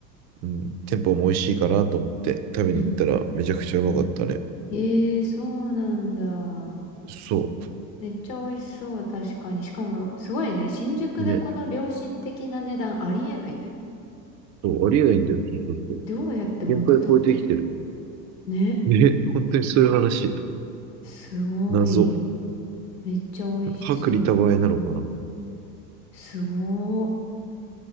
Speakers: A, on the right; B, on the left.
A: うん、店舗も美味しいかなと思って食べに行ったらめちゃくちゃうまかったね。
B: うん。えー、そうなんだ。
A: そ
B: めっちゃ美味しそう、確かに。しかも、すごいね。新宿でこの良心的な値段ありえないね。
A: う。ね。そう、ありえないんだよ。そうそうそう。
B: どうやって元取ってんの
A: 限界超えてきてる。
B: ね。
A: ね、本当にそういう話。
B: すごい。
A: 謎。
B: めっちゃ美味しそ
A: 薄利多売なのかな。
B: う。すごー。